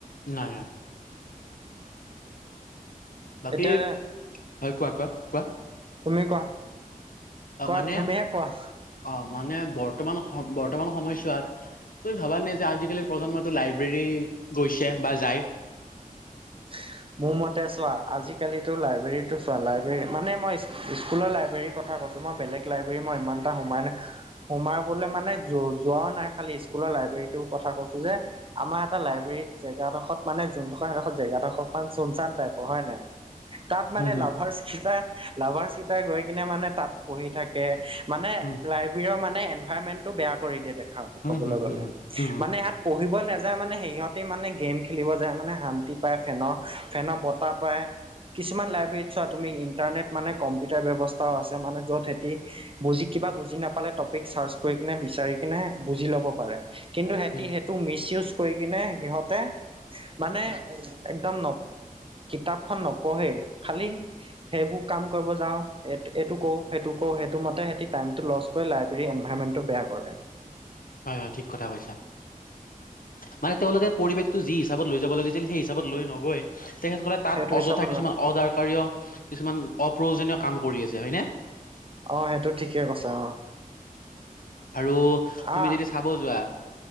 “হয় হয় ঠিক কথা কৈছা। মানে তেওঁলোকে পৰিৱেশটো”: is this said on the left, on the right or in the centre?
Left